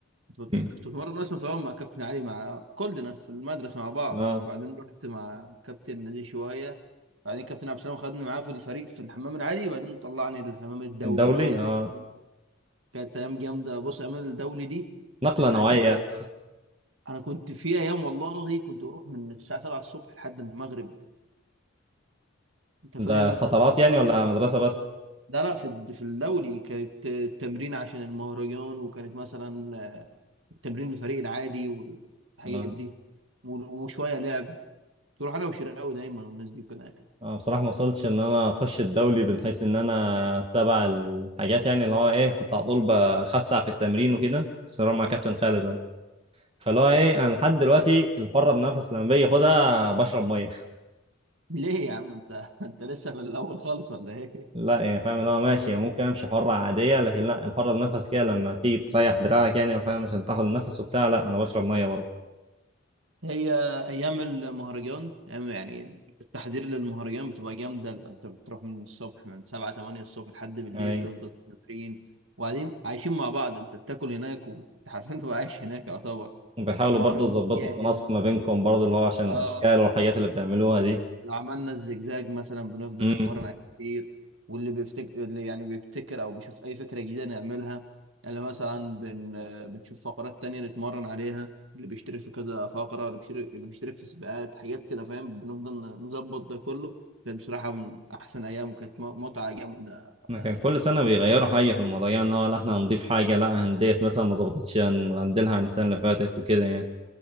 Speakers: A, on the right; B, on the right.
A: كنت
B: مم.
A: بت- كنت بتمرن أصلا في الأول مع كابتن علي مع كلنا في المدرسة مع بعض
B: اه
A: بعدين رحت مع كابتن نزيه شوية بعدين كابتن عبد السلام خدني معاه في الفريق في الحمام العادي بعدين طلعني للحمام الدولي
B: الدولي
A: بقى والفريق
B: اه
A: كانت أيام جامدة بص أيام الدولي دي
B: نقلة
A: كانت
B: نوعية
A: أحسن انا كنت في ايام والله كنت اروح من الساعه 7 الصبح لحد المغرب انت
B: ده
A: فاهم
B: فترات يعني
A: بطلع
B: ولا
A: مرة.
B: مدرسة بس
A: لا لا في الد- في الدولي كانت التمرين عشان المهرجان وكانت مثلا التمرين الفريق العادي والحاجات
B: اه
A: دي وال- وشويه لعب تروح انا وشراوي دايما والناس دي كده يعني
B: آه، بصراحة ما وصلتش ان انا اخش الدولي من حيث ان انا اتبع الحاجات يعني اللي هو ايه كنت على طول بخسع في التمرين وكده بس مع كابتن خالد فاللي هو ايه انا لحد دلوقتي الحره بنفس لما باجي اخدها بشرب ميه <laughs>
A: ليه يا عم انت <laughs> انت لسه في الاول خالص ولا ايه
B: لا يعني فاهم اللي هو ماشي يعني ممكن امشي حره عاديه لكن لا الحره بنفس كده لما تيجي تريح دراعك يعني فاهم عشان تاخد نفس وبتاع لا انا بشرب ميه برضه
A: هي ايام المهرجان أيام- يعني التحضير للمهرجان بتبقى جامده انت بتروح من الصبح من 7 8 الصبح لحد بالليل
B: يعني
A: بتفضل تمرين وبعدين عايشين مع بعض انت بتاكل هناك وحرفيا تبقى عايش هناك يعتبر
B: وبيحاولوا
A: تتمرن
B: برضه يظبطوا
A: وتجهز
B: التناسق ما بينكم برضه اللي هو عشان
A: اه
B: الاشكال والحاجات اللي بتعملوها دي
A: لو عملنا الزجزاج مثلا بنفضل
B: امم
A: نتمرن عليه كتير واللي بيفتكر اللي يعني بيبتكر او بيشوف اي فكره جديده نعملها اللي مثلا بن... بنشوف فقرات تانية نتمرن عليها اللي بيشترك في كذا فقره اللي بيشترك اللي بيشترك في سباقات حاجات كده فاهم بنفضل نظبط ده كله كانت بصراحه من احسن ايام وكانت م- متعه جامده وقتها
B: إحنا كان
A: يعني
B: كل سنه بيغيروا حاجه في الموضوع يعني اللي هو لا احنا هنضيف حاجه لا هنديت مثلا ما ظبطتش هنغندلها عن السنه اللي فاتت وكده يعني